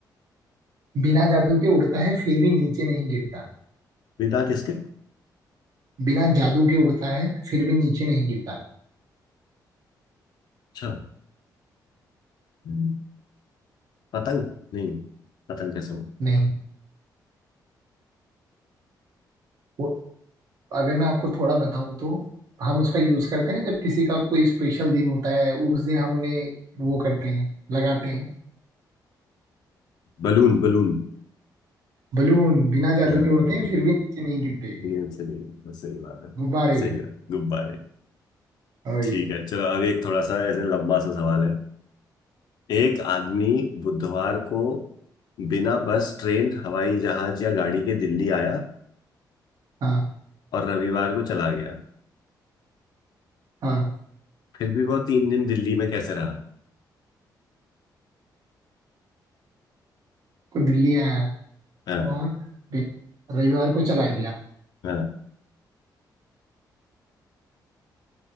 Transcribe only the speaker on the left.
विदा किसके
अच्छा हम्म, पतंग नहीं पतंग कैसे हो
Balloon balloon
नहीं
सही सही बात है
सही
है गुब्बारे
ठीक है चलो अब एक थोड़ा सा ऐसे लंबा सा सवाल है एक आदमी बुधवार को बिना बस ट्रेन हवाई जहाज या गाड़ी के दिल्ली आया
और रविवार को चला गया
फिर भी वो तीन दिन दिल्ली में कैसे रहा
हाँ
हाँ